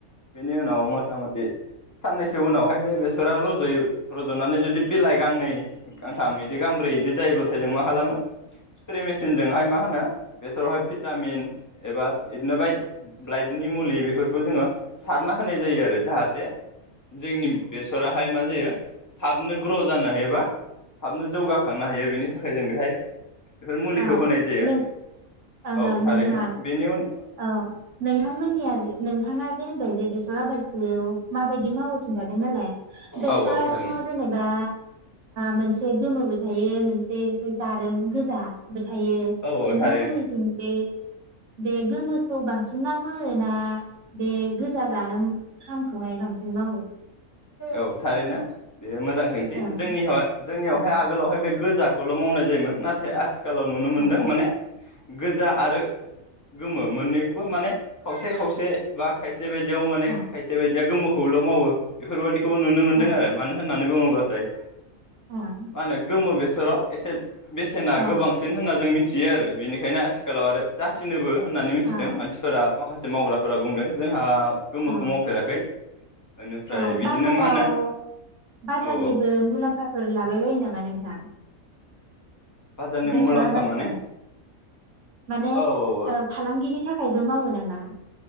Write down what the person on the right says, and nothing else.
औ
नों ओं
ओं
नोंथां
औ नोंथांमोननिया ज नोंथाङा जे होनबाय जे बेसे जला बाय माबायदि मावो खिन्थादों नालाय बेसराथ'
जेनेबा मोनसे गोमोबो थायो मोनसे एसे जारोम गोजा थायो
नोंथांमोननिथिं
बे बेे गोमो खौ बांसिन मावो ना बे गोजा जार हांखौहाय बांसिन मावो
ओं
ओं
ओं
ओं
ओं
ओं
औ
औ
औ
औ
बाजाराव
बाजारनिबो
मुलाम्फाफोर लाबाय बायो नामा नोंथां?
बेसर
आबादजों
माने
ओ फालांगिनि थाख खायबो मावो नामा?